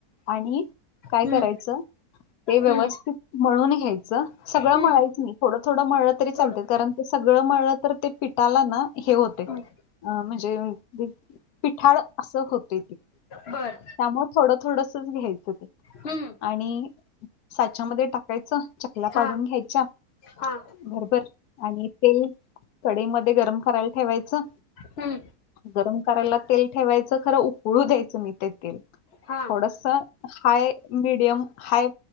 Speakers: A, on the left (about 80°); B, on the left (about 55°).
A: आणि काय
B: हम्म
A: करायचं... ते व्यवस्थित
B: हम्म
A: मळुन घ्यायचं सगळं
B: हम्म
A: मळायचं नाही थोडं थोडं मळलं तरी चालत.
B: थोडं
A: कारण ते सगळं मळलं तर ते पिटाला ना हे होते... अं
B: हम्म
A: म्हणजे पिठाळ असं होत ते.
B: बर
A: त्यामुळे थोडं थोडसच घ्यायचं ते.
B: हम्म
A: आणि साच्यामध्ये टाकायचं चकल्या पाडून
B: हा
A: घ्यायच्या.
B: हा.
A: भरभर आणि तेल कढईमध्ये गरम करायला ठेवायचं.
B: हम्म
A: गरम करायला तेल ठेवायचं खरं उकळू द्यायचं नही ते तेल.
B: हा
A: थोडस हाय मीडियम हाय...